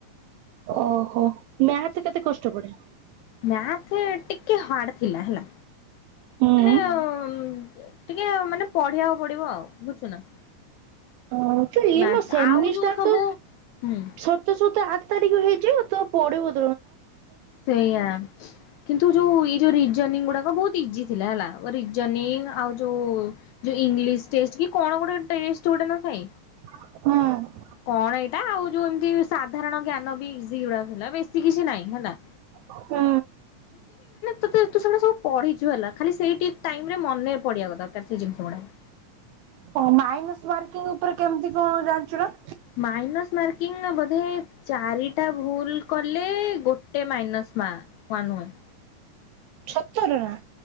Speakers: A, on the right; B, on the left.
A: ଓହୋ ମାଥ କେତେ କଷ୍ଟ ପଡେ।
B: ମାଥ ଟିକେ ହାର୍ଡ ଥିଲା ହେଲା
A: ହୁଁ।
B: ମାନେ ଓ। ଟିକେ ମାନେ ପଢିବାକୁ ପଡିବ ଆଉ ବୁଝୁଚୁ ନା।
A: ହଁ ତ ଇଏ
B: ମ୍ୟାଥ୍
A: ମୋ ସେମିଷ୍ଟାର
B: ଆଉ ଯୋଉ ସବୁ
A: ତ
B: ହୁଁ
A: ସରିତେ ସରିତେ ଆ ଠ ତାରିଖ ହେଇଯିବ ତ ପଢିବ।
B: ସେଇଆ କିନ୍ତୁ ଯୋଉ ଏଇ ଯୋଉ ରି ଜୋଇନିଂ ଗୁଡାକ ବହୁତ ଇଜି ଥିଲା ହେଲା ଓ ରିଯୋନିଂ ଆଉ ଯୋଉ। ଯୋଉ ଇଂଲିଶ୍ ଟେଷ୍ଟ କି କଣ ଗୋଟେ ଟେଷ୍ଟ ଗୋଟେ ନଥାଏ।
A: ହଁ।
B: କଣ ଏଇଟା ଆଉ ଯୋଉ ଏମିତି ସାଧାରଣ ଜ୍ଞାନ ବି ଇଜି ଗୁରା ଥିଲା ବେଶୀ କିଛି ନାଇଁ ହେଲା।
A: ହୁଁ।
B: ତ ତୁ ତୁ ସେଗୁାଡା ସବୁ ପଢିଛୁ ହେଲା ଖାଲି ସେଇ ଠିକ ଟାଇମ ରେ ମନେ ପଡିବା ଦରକାର ସେଇ ଜିନିଷ ଗୁଡା। <inaudible>
A: ହଁ ମାଇନସ ମାର୍କିଂ ଉପରେ କେମିତି କଣ ଜାଣିଚୁ ନା।
B: ମାଇନସ୍ ମାର୍କିଂ ନା ବୋଧେ ଚାରିଟା ଭୁଲ କଲେ ଗୋଟେ ମାଇନସ୍। ମା ୱାନ ୱାନ୍।
A: ଛତରେ ନା।